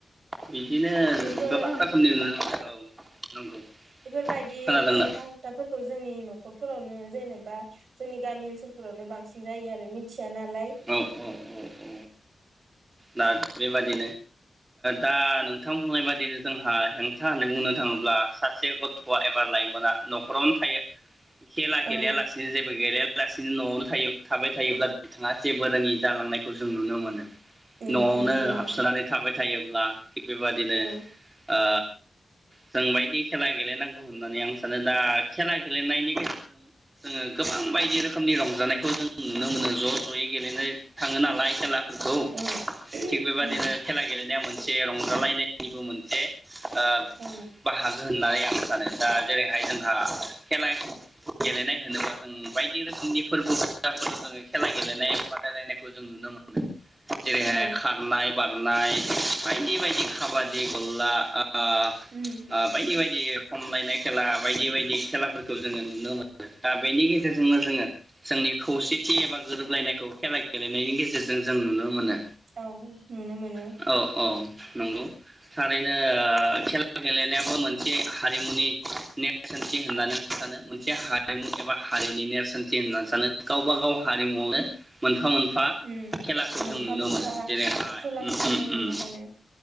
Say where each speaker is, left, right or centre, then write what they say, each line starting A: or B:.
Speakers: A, on the right; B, on the right.
A: बिदिनो
B: बेफोर
A: गोबां रोखोमनि नुनो मोनो औ नंगौ
B: बेफोरबायदि
A: खोनादोंना
B: हेंथा हेंथाफोरखौ जोंनि न'खरफोरावनो जेनेबा जोंनि गामि ओनसोलफोरावनो बांसिन जायो आरो मिथिया नालाय
A: औ औ औ औ दा बेबादि दा नोंथां बुंनाय बादिनो जोंहा हेंथा होननानै बुंनो थाङोब्ला ब्ला सासे गथ'आ एबा लाइमोना न'खरावनो थायो। खेला गेलेयालासिनो
B: औ
A: जेबो गेलेया बेलासिनो न'आवनो थायो थाबाय थायोब्ला बिथाङा जेबोरोङि जालांनायखौ जों नुनो मोनो।
B: उम
A: न'आवनो
B: नुनो मोनो
A: हाबसोनानै थाबाय थायोब्ला थिग बेबादिनो
B: औ
A: ओ जों बायदि खेला गेलेनांगौ होननानै आं सानो दा। खेला गेलेनायनि गेजेरजों जोङो गोबां बायदि रोखोमनि रंजानायखौ जों नुनो मोनो ज' ज'यै। गेलेनो थाङो नालाय खेला खौ
B: औ
A: थिग बेबायदि
B: उम
A: खेला गेले मोनसे रंजालायनायनिबो मोनसे ओ
B: औ
A: बाहागो होननानै आं सानो दा जेरैहाय जोंहा खेला गेलेनाय होनोब्ला जों बायदि रोखोमनि फोरबो फुजाफोर जोङो खेला गेलेनाय बादायलायनायखौ जों नुनो मोनो। जेरैहाय
B: औ
A: खारनाय बारनाय बायदि बायदि खाबादि गलला ओ
B: उम
A: बायदि बायदि खमलायनाय खेला बायदि बायदि खेलाफोरखौ जोङो नुनो मोनो दा बेनि गेजेरजोंनो जोङो जोंनि खौसेथि एबा गोरोबलायनायखौ खेला गेलेनायनि गेजेरजों जों नुनो मोनो।
B: औ नुनो मोनो।
A: औ औ नंगौ। थारैनो खेला गेलेनायाबो मोनसे हारिमुनि नेरसोनथि होननानै सानो मोनसे हारिमु एबा हारिनि नेरसोनथि होननानै सानो गावबा गाव हारिमुयावनो मोनफा मोनफा
B: उम
A: खेलाखौ
B: मोनफा
A: जों नुनो
B: मोनफा
A: मोनो जेरैहाय
B: खेलाफोरखौ
A: उम उम
B: जों नुनो
A: उम
B: मोनो